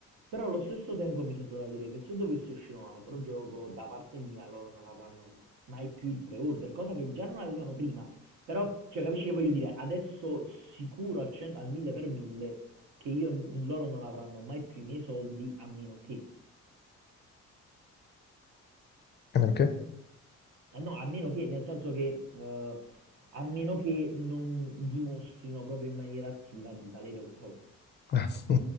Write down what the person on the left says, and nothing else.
a meno che...
<laughs> Ah.